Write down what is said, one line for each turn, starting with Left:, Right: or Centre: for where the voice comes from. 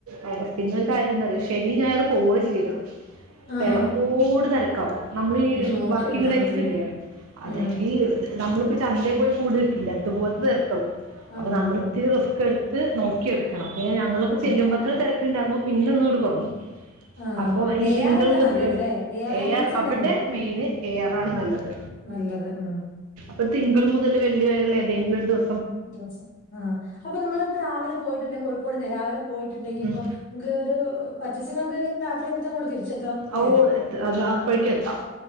Right: അ പിന്നെരു കാര്യം എന്താ അറിയോ ശനി ഞായറ് പോവനെ ചെയ്യരുത്
Left: ആഹാ
Right: തെരക്കോട് തെരക്കാവും നമ്മളീ
Left: നമുക്ക് നോക്കിയെടുക്കാൻ
Right: വർക്കിങ് ടൈയ്സില്ലെ
Left: പറ്റില്ലല്ലേ
Right: അതെ
Left: ഉം
Right: ഈ നമ്മളിപ്പോ ചന്തേ പോയി കൂട് വെക്കില്ലേ അതുപോലത്തെ തിരക്കാവും അപ്പൊ
Left: അമ്മോ
Right: നമ്മളിത്തിരി റിസ്കെടുത് ത്ത് നോക്കിയെടുക്കണം. പിന്നെ ഞങ്ങളൊക്കെ
Left: ഉം
Right: ചെല്ലുമ്പോത്തിന് തിരക്കുണ്ടായിരുന്നു പിന്നെ ഒന്നോട് കൊറഞ്ഞു
Left: ആ
Right: അപ്പൊ ഈ
Left: എ
Right: തിങ്കൾ
Left: ആർ തന്നെയാ
Right: മുതൽ
Left: നല്ലത് ല്ലേ എ ആർ ഹാൻഡ്ലൂംസ്
Right: എയാർ
Left: തന്നെയാ
Right: അവിടെ
Left: നൽ-
Right: മെയിന് എയാർ ആണ് നല്ലത്
Left: നല്ലത് ഉം
Right: പ്പം തിങ്കൾ മുതല് വെള്ളി വരേള്ളെ ഏതെങ്കിലും ഒര് ദിവ്
Left: ദിവസം ആഹ് അപ്പൊ നമ്മളിപ്പ രാവിലെ പോയിട്ട്ണ്ടെ കോഴിക്കോട്ന്നെ രാവിലെ പോയിട്ട്ണ്ടെങ്കീപ്പം
Right: ഉം
Left: നമ്ക്ക് ഒരു പർച്ചേസിങ്ങൊക്കെയ്ഞ്ഞ് രാത്രിയാവുമ്പത്തേക്കും ങ്ങോട്ട് തിരിച്ചെത്താം അല്ലേ
Right: ഔ എത് അത് അപ്പഴെക്ക് എത്താം